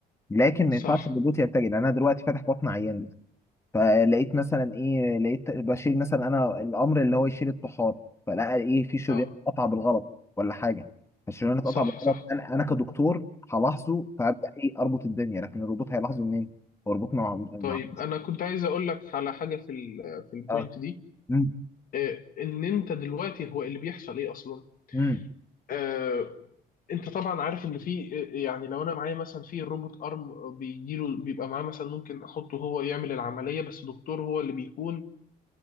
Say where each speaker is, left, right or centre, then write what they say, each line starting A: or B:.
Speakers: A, on the left; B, on the left.
A: لكن ما
B: صح
A: ينفعش الروبوت ينتج انا دلوقتي فاتح بطن عيان فلقيت مثلا ايه لقيت بشيل مثلا انا الامر اللي هو يشيل الطحال فلقى ايه في شريان
B: اه
A: اتقطع بالغلط ولا حاجه فالشريان اتقطع
B: صح
A: بالغلط
B: صح
A: انا انا كدكتور هلاحظه فابدا ايه اربط الدنيا لكن الروبوت هيلاحظه منين؟ هو الروبوت مع مع
B: طيب انا كنت عايز اقول لك على حاجه في ال في البوينت
A: اه
B: دي
A: امم
B: آه، ان انت دلوقتي هو اللي بيحصل ايه اصلا
A: امم
B: آه، انت طبعا عارف ان في يعني لو انا معايا مثلا في روبوت ارم بيجيله بيبقى معاه مثلا ممكن احطه هو يعمل العمليه بس دكتور هو اللي بيكون